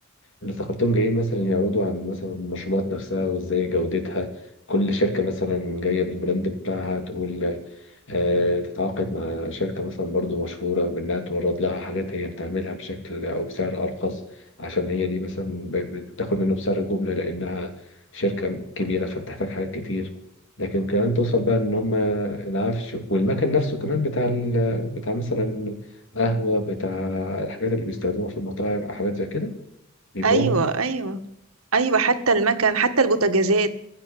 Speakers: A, on the left (about 60°); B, on the right (about 80°).
A: اللي افتكرتهم جايين مثلا يعرضوا عن مثلا المشروبات نفسها وازاي جودتها كل شركة مثلا جاية بالبراند بتاعها تقول آه، تتعاقد مع شركة مثلا برضو مشهورة بإنها تورد لها حاجات هي بتعملها بشكل أو بسعر أرخص عشان هي دي مثلا ب- بتاخد منه بسعر الجملة لأنها شركة كبيرة فبتحتاج حاجات كتير لكن كمان توصل بقى إن هم العفش والمكان نفسه كمان بتاع ال... بتاع مثلا قهوة بتاع الحاجات اللي بيستخدموها في المطاعم أو حاجات زي كده بيبيعوها
B: ايوه
A: برضه
B: ايوه ايوه حتى المكن حتى البوتاجازات